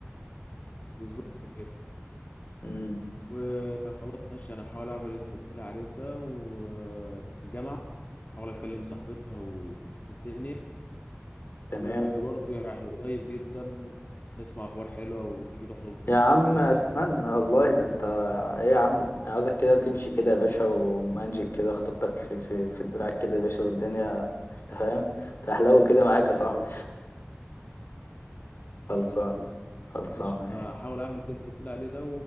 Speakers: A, on the left; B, on the left.
A: بالظبط كده
B: مم.
A: وخلاص ماشي انا هحاول اعمل اللي انت قلت لي عليه ده وفي الجامعه هحاول اكلم صاحبتها واشوف الدنيا
B: تمام
A: وبرضه يعني قريب جدا هتسمع اخبار حلوه وتيجي تحضر
B: يا عم
A: تيجي
B: أتمنى
A: تحضر الخطوه
B: والله ده أنت إيه يا عم عاوزك كده تمشي كده يا باشا ومانجيك كده خطيبتك في في في دراعك كده يا باشا والدنيا
A: ان شاء
B: فاهم
A: الله
B: تحلو كده معاك يا صاحبي
A: ان
B: <laughs> خلصان
A: شاء الله يا اخويا
B: خلصان
A: ماشي انا هحاول اعمل اللي انت قلت لي عليه ده